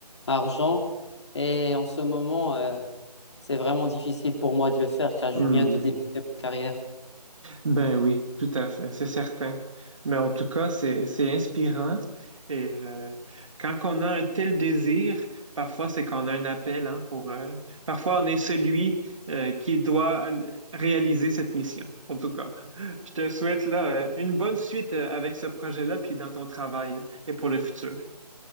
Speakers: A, on the left; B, on the right.
A: argent. Et en ce moment, euh, c'est vraiment difficile pour moi de le faire car je
B: Hmm.
A: viens de débuter ma carrière.
B: Ben oui, tout à fait, c'est certain. Mais en tout cas, c'est c'est inspirant. Et euh, quand on a un tel désir, parfois c'est qu'on a un appel, hein, pour. euh, parfois on est celui euh, qui doit l- réaliser cette mission. En tout cas, <laughs> je te souhaite là euh, une bonne suite euh, avec ce projet-là, puis dans ton travail euh, et pour le futur.